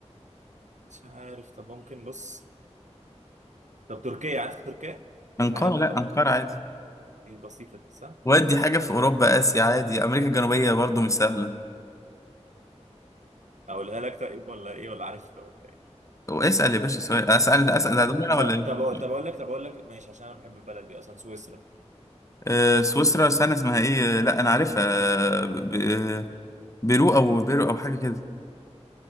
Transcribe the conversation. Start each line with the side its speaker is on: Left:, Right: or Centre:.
Right: مش عارف طب ممكن بص طب تركيا عارف تركيا؟
Left: انقره
Right: أكيد عارف
Left: لا
Right: طبعا
Left: انقره عادي
Right: ايه بسيطة دي، صح؟
Left: ودي حاجه في اوروبا اسيا عادي امريكا الجنوبيه برضو مش سهله
Right: أقولها لك طيب ولا إيه ولا عارف ولا إيه؟
Left: واسال يا باشا سؤال اسال اسال
Right: طب
Left: هدول انا ولا
Right: طب
Left: ايه
Right: طب أقول طب أقول لك طب أقول لك ماشي عشان أنا بحب البلد دي أصلا سويسرا
Left: آه، سويسرا استنى اسمها ايه آه، لا انا عارفها آه، ب- آه، بيرو او بيرو او حاجه كده